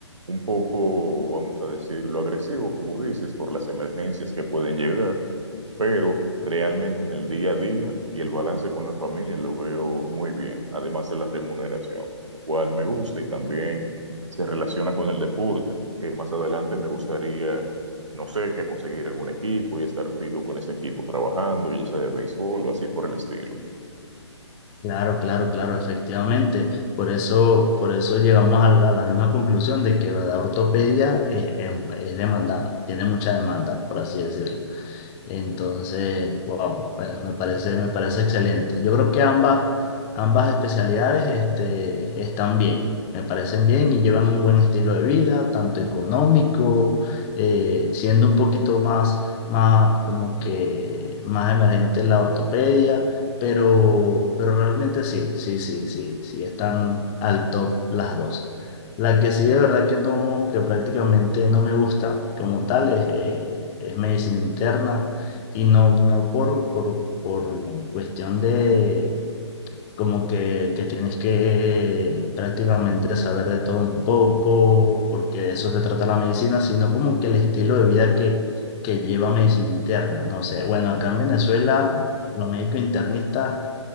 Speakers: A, on the right (about 85°); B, on the left (about 15°).
A: Un poco, vamos a decirlo, agresivo, como dices, por las emergencias que pueden llegar, pero realmente en el día a día y el balance con la familia lo veo muy bien, además de la remuneración, lo cual me gusta y también se relaciona con el deporte, que más adelante me gustaría, no sé, que conseguir algún equipo y estar fijo con ese equipo trabajando, ya sea de béisbol o así por el estilo.
B: Claro, claro, claro, efectivamente. Por eso, por eso llegamos a la, a la misma conclusión de que la ortopedia es, es- es demandada, tiene mucha demanda, por así decirlo. Entonces, wow, bueno, me parece, me parece excelente. Yo creo que ambas, ambas especialidades, este, están bien, me parecen bien y llevan un buen estilo de vida, tanto económico, eh, siendo un poquito más, más como que más emergente la ortopedia, pero, pero realmente sí, sí, sí, sí, sí, están al top las dos. La que sí de verdad que no, que prácticamente no me gusta como tal es, eh, es medicina interna. Y no, no por, por, por cuestión de como que, que tienes que eh, prácticamente saber de todo un poco, porque de eso se trata la medicina, sino como que el estilo de vida que, que lleva medicina interna. No sé, bueno, acá en Venezuela los médicos internistas,